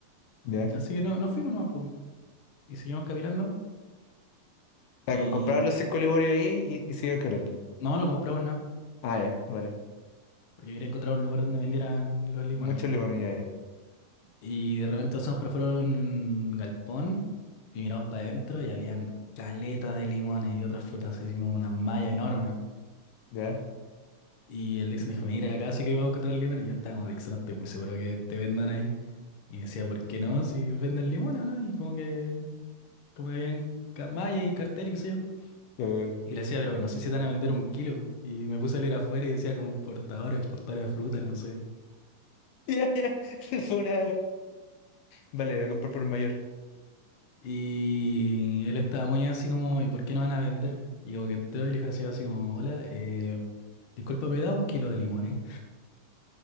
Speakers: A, on the left; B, on the left.
A: Ya.
B: Así que no, nos fuimos nomás, po. Y seguimos caminando.
A: O sea,
B: Y
A: co- compraron los cinco lebones ahí y, y siguieron quebrando.
B: no, no compramos nada,
A: Ah, ya, vale.
B: porque quería encontrar un lugar donde vendieran los limones.
A: Muchos
B: po.
A: lebones, ya, ya.
B: Y de repente pasamos por fuera de un galpón y miramos para adentro y habían caleta de limones y otras frutas, así como una malla enorme.
A: Ya,
B: Y el Dixon dijo, mira, acá sí que vamos a encontrar limones. Y yo estaba como, Dixon, no estoy muy seguro que te vendan ahí. Y me decía, ¿por qué no? Si venden limones o no. Y como que, como que habían ca- mallas y cartel y qué sé yo.
A: claro, claro.
B: Y le decía, pero no sé si te van a vender un kilo. Y me puse a leer afuera y decía como importadora, exportadora de fruta, no sé.
A: <laughs> Ya, ya. <laughs> Fue una... Vale, voy a comprar por el mayor.
B: Y él estaba muy así como, ¿y por qué no van a vender? Y como que entró y le dijo así, así como, hola, eh, disculpa, ¿me da un kilo de limones?